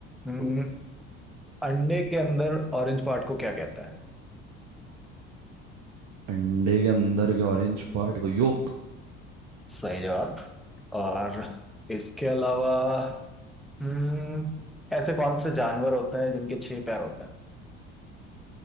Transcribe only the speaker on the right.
अंडे के अंदर के ऑरेंज पार्ट को योक